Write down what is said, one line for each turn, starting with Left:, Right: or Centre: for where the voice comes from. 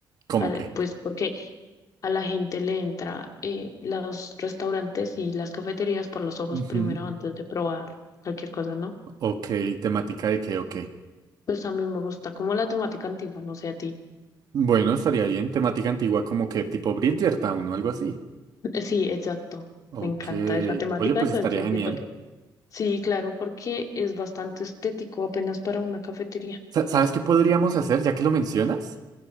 Right: ¿Cómo
Left: para-
Right: qué?
Left: pues porque a la gente le entra eh, los restaurantes y las cafeterías por los ojos
Right: Ujú.
Left: primero antes de probar cualquier cosa, ¿no?
Right: Ok, temática de qué o
Left: Pues a mí me gusta como la temática antigua, no sé a ti.
Right: Bueno, estaría bien. Temática antigua como que tipo Bridgertown o algo así.
Left: <laughs> Eh, Sí, exacto.
Right: Ok.
Left: Me encanta esa temática,
Right: Oye, pues
Left: entonces
Right: estaría genial.
Left: siento que sí, claro, porque es bastante estético apenas para una cafetería.
Right: Sa- ¿Sabes qué podríamos hacer ya que lo mencionas?